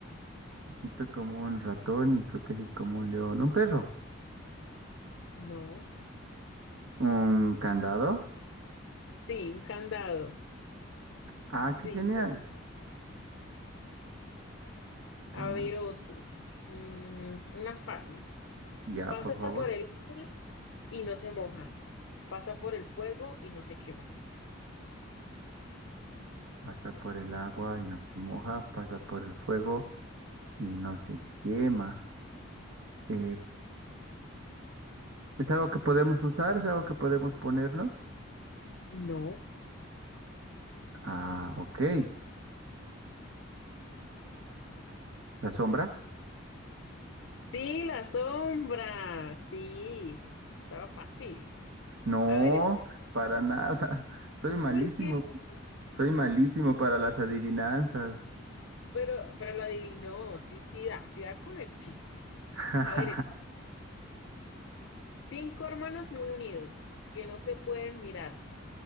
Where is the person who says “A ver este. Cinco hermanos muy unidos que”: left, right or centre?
Left